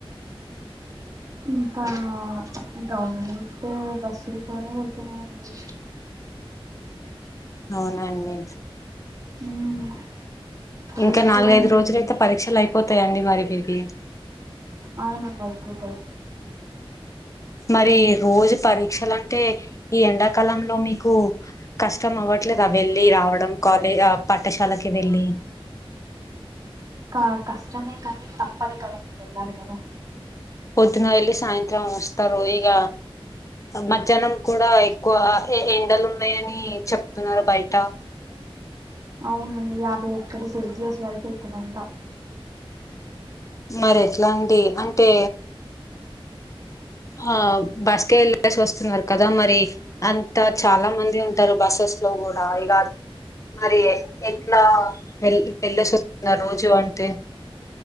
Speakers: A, on the right (about 35°); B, on the left (about 35°).
A: ఇంకా గవర్నమెంట్ బస్సులతోనే వెళ్తున్నానండి
B: అవునండి
A: మ్
B: ఇంకా
A: ఎం
B: నాలుగైదు
A: కూర అండి మీది
B: రోజులయితే పరీక్షలు అయిపోతాయండి మరి మీవి
A: అవునాంగా ఐపోత
B: మరి రోజు పరీక్షలుంటే, ఈ ఎండాకాలంలో మీకు కష్టం అవ్వట్లేదా వెళ్ళి రావడం కాలేజ్ అ పాఠశాలకి వెళ్ళి
A: అ కష్టమే కానీ తప్పదు కదండి వెళ్ళాలి కదా
B: పొద్దున్న ఏళ్లి సాయంత్రం వస్తారు ఈగ మధ్యాహ్నం కూడా ఎక్కువ ఎండలు ఉన్నాయని చెప్తున్నారు బయట
A: అవునుండి యాభై ఒక్కటి సెల్సియస్ వరకు ఎతు అంట
B: మరి ఎట్లా అండి అంటే ఆ బస్కే వెళ్ళేసి వస్తున్నారు కదా మరి అంతా చాలా మంది ఉంటారు బస్సెస్ లో కూడా ఇగాద్ మరి ఎట్లా వెల్ వెళ్ళేసి <inaudible> న్నా రోజు అంటే